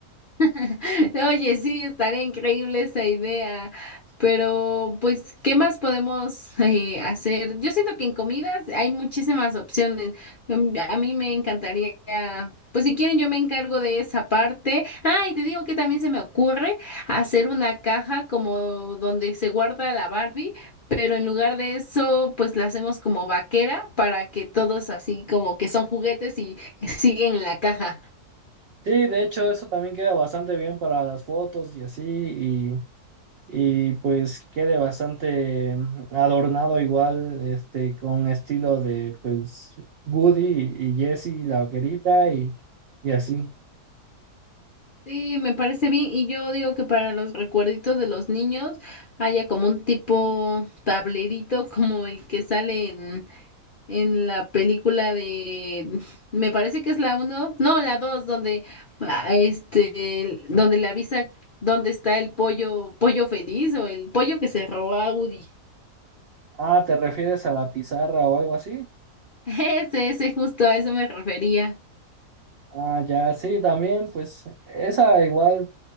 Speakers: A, on the left (about 55°); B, on the right (about 75°).
A: <laughs> Oye, sí, estaría increíble esa idea, pero pues, ¿qué más podemos eh, hacer? Yo siento que en comidas hay muchísimas opciones. Yo- a mí me encantaría, pues si quieren yo me encargo de esa parte. Ah, y te digo que también se me ocurre hacer una caja como donde se guarda la Barbie, pero en lugar de eso, pues la hacemos como vaquera para que todos así como que son juguetes y <laughs> siguen en la caja.
B: Sí, de hecho, eso también queda bastante bien para las fotos y así, y, y pues quede bastante mm, adornado igual, este, con estilo de, pues, Woody y, y Jessie, la vaquerita y, y así.
A: Sí, me parece bien. Y yo digo que para los recuerditos de los niños haya como un tipo tablerito como el que sale en, en la película de, me parece que es la uno, no, la dos, donde ah, este, donde le avisa dónde está el pollo, pollo feliz o el pollo que se robó a Woody.
B: Ah, ¿te refieres a la pizarra o algo así?
A: <laughs> Ese, ese, justo a eso me refería.
B: Ah, ya, sí, también, pues, esa igual.